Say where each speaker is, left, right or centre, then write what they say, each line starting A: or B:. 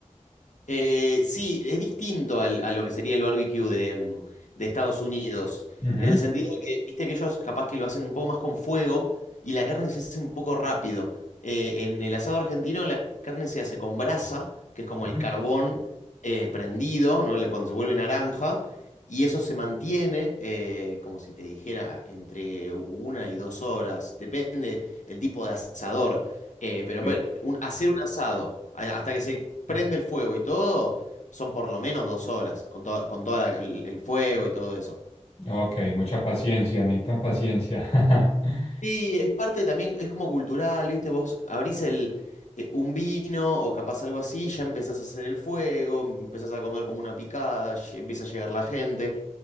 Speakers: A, on the left (about 75°); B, on the left (about 60°).
A: Eh, sí, es distinto al- a lo que sería el barbecue de, mm, de Estados Unidos,
B: Ujú.
A: en el sentido de que, viste que ellos capaz que lo hacen un poco más con fuego y la carne se hace un poco rápido. Eh, en el asado argentino la carne se hace con brasa, que es como
B: Ujú.
A: el carbón eh, prendido, ¿no? La- Cuando se vuelve naranja, y eso se mantiene, eh, como si te dijera, entre una y dos horas, depende el tipo de asador. Eh, pero en
B: Sí.
A: ver, un- hacer un asado a- hasta que se prende el fuego y todo, son por lo menos dos horas con, todo con todo el el fuego y todo eso.
B: Ok, mucha paciencia, necesitan paciencia. <laughs>
A: Y es parte también, es como cultural, ¿viste? Vos abrís el, eh, un vino o capaz algo así, ya empezás a hacer el fuego, empezás a comer como una picada, lle- empieza a llegar la gente.